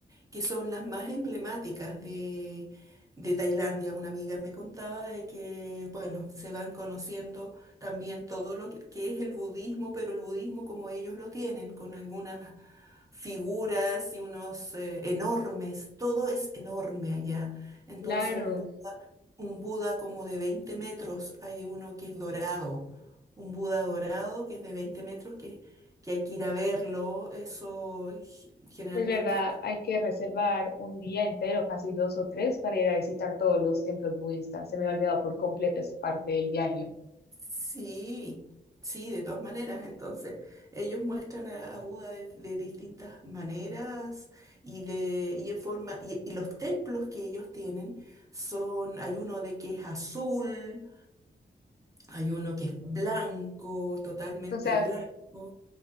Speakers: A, on the right; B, on the left.
A: que son las más emblemáticas de, de Tailandia. Una amiga me contaba de que, bueno, se van conociendo también todo lo que, que es el budismo, pero el budismo como ellos lo tienen, con algunas figuras y unos eh, enormes, todo es enorme allá. Entonces,
B: Claro.
A: un, bu- un Buda como de 20 metros, hay uno que es dorado, un Buda dorado que es de 20 metros, que, que hay que ir a verlo, eso g- generalmente
B: Es verdad, hay que reservar un día entero, casi dos o tres, para ir a visitar todos los templos budistas. Se me ha olvidado por completo esa parte del viaje.
A: Sí, sí, de todas maneras. Entonces, ellos muestran a, a Buda de, de distintas maneras y de y en forma y, y los templos que ellos tienen son, hay uno de que es azul, hay uno que es blanco, totalmente
B: O sea,
A: blanco.